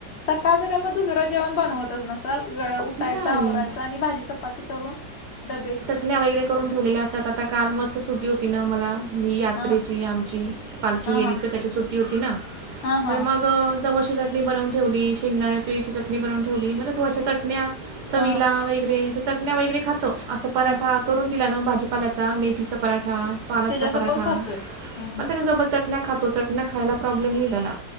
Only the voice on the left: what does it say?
सकाळच काय मग दुसरं जेवण बनवतच नसं ल उठायच.
आवरायच. आणि भाजी चपाती करून. डबे
हा
हा
हा
हा हा
हा
हा
त्याच्यासोबत
खातोय हं
हं